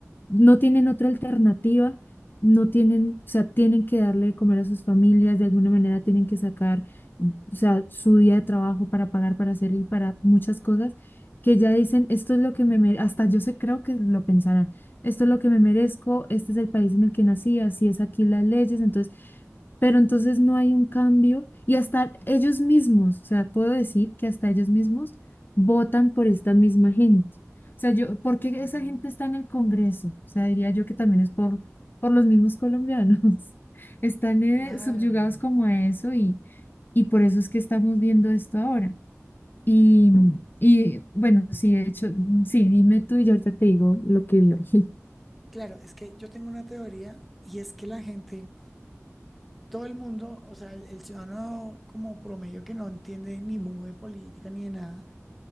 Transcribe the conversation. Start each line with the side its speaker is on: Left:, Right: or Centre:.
Left: no tienen otra alternativa, no tienen, o sea, tienen que darle de comer a sus familias, de alguna manera tienen que sacar o sea, su día de trabajo para pagar, para hacer y para muchas cosas, que ya dicen, esto es lo que me merezco, hasta yo sé, creo que lo pensarán, esto es lo que me merezco, este es el país en el que nací, así es aquí las leyes, entonces, pero entonces no hay un cambio y hasta ellos mismos, o sea, puedo decir que hasta ellos mismos votan por esta misma gente. O sea, yo, ¿por qué
Centre: Ujú,
Left: esa gente está en el Congreso? O sea, diría yo que también es por, por los mismos colombianos. <laughs> Están eh,
Centre: Claro,
Left: subyugados como a eso y, y por eso es que estamos viendo esto ahora. Y, y bueno, sí, de hecho, mm, sí, dime tú y yo ahorita te digo lo que vio. <laughs>
Centre: claro, es que yo tengo una teoría y es que la gente todo el mundo, o sea, el, el ciudadano como promedio que no entiende ni mueve política ni de nada,